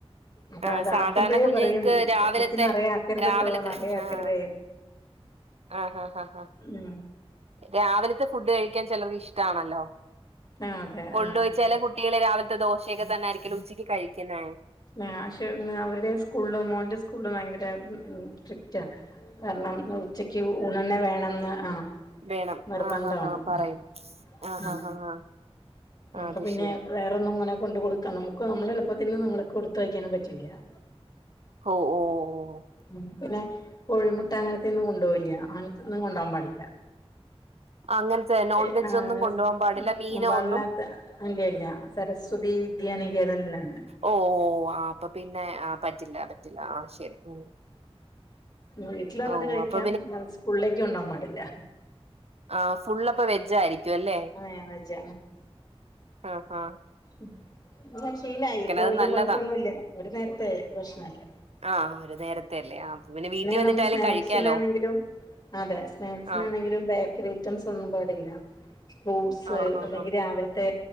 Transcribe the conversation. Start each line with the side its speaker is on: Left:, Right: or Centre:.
Left: അതാ
Right: ആഹ്
Left: അതാക്കുമ്പോഴേ
Right: സാധാരണ കുഞ്ഞുങ്ങൾക്ക്
Left: പറയും
Right: രാവിലത്തെ
Left: എനിക്ക് നിറയെ ആക്കരുത്ട്ടോ
Right: രാവിലത്തെ
Left: നിറയെ ആക്കരുതേ
Right: ആഹ്
Left: ഉ
Right: ആഹ് ഹാ ആ ഹാ
Left: ഉം
Right: രാവിലത്തെ ഫുഡ് കഴിക്കാൻ ചിലർക്ക് ഇഷ്ടമാണല്ലോ?
Left: ആഹ് അതെ
Right: കൊണ്ടുപോയി
Left: ആഹ്
Right: ചെലകുട്ട കുട്ടികള് രാവിലത്തെ ദോശൊക്കെ തന്നൊയിരിക്കുവല്ലോ ഉച്ചയ്ക്ക് കഴിക്കുന്നേ?
Left: നാശ് അവരുടെ സ്കൂളില് മോന്റെ സ്കൂളില് ഭയങ്കര സ്ട്രിക്റ്റാ. കാരണം ഉച്ചക്ക് ഊണ് തന്നെ വേണന്ന് ആഹ്
Right: വേണം
Left: നിർബന്ധമാണ്
Right: <unintelligible> പറയും
Left: ഉം
Right: <unintelligible>
Left: ഉം
Right: ആഹ്
Left: അപ്പൊ
Right: അത്
Left: പിന്നെ
Right: ശരി
Left: വേറൊന്നും ഇങ്ങനെ കൊണ്ട് കൊടുക്കാം നമ്മുക്ക് നമ്മള് എളുപ്പത്തിന് നമ്മക്ക് കൊടുത്തയക്കാൻ പറ്റില്ല. <inaudible>
Right: ഓ ഓ ഓ
Left: ഉം പിന്നെ കോഴിമുട്ട അങ്ങനത്തൊന്നും കൊണ്ടുപോകില്ല. അങ്ങനത്തൊന്നും കൊണ്ടു പോകാൻ പാടില്ല.
Right: അങ്ങനത്തെ നോൺ
Left: ഏഹ്
Right: വെജ്
Left: ആഹ്
Right: ഒന്നും കൊണ്ടുപോകാൻ പാടില്ല മീനോ
Left: പാടില്ലാത്ത
Right: ഒന്നും
Left: അല്ലല്ല സരസ്വതി വിദ്യാനികേതനിലാണ്.
Right: ഓ ഓ ആഹ് അപ്പൊ പിന്നെ ആഹ് പറ്റില്ല പറ്റില്ല ആഹ് ശരി ഉം.
Left: വീട്ടിൽ വന്നിട്ട്
Right: ഓ
Left: കഴിക്കാം.
Right: അപ്പൊ
Left: അല്ലാതെ സ്കൂളിലേക്ക് കൊണ്ടുപോവാൻ പാടില്ല.
Right: ആ ഫുള്ള് അപ്പോ വെജ് ആയിരിക്കും അല്ലേ.
Left: അങ്ങനെ വെച്ച
Right: ഉം ഹാ
Left: ഉം. അത് ശീലായി ഇപ്പ
Right: അത്
Left: വലിയ
Right: നല്ലതാ
Left: കൊഴപ്പൊന്നുമില്ല. ഒരു നേരത്തെ ഭക്ഷണല്ലേ
Right: ആഹ് ഒരു നേരത്തെ അല്ലേ ആഹ് പിന്നെ വീട്ടിൽ വന്നിട്ടായാലും
Left: നമ്മള് സ്നാക്സിനാണെങ്കിലും
Right: കഴിക്കാലോ?
Left: അതെ സ്നാക്സിനാണെങ്കിലും
Right: ആഹ്
Left: ബേക്കറി ഐറ്റംസ് ഒന്നും പാടില്ല. ഫ്രൂട്ട്സ്
Right: ആഹ് ആഹ്
Left: അല്ലെങ്കിൽ
Right: ആഹ്
Left: രാവിലെ മറ്റേ